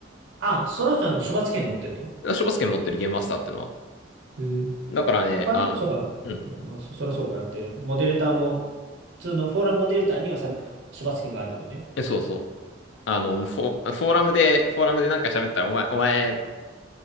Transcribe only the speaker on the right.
あ、その人はもう処罰権持ってるの
えー、
他の、
そうか、
そうまあ、そ、そらそうかだって、モデレーターも、普通のフォーラムモデレーターにはさ、処罰権があるだもんね。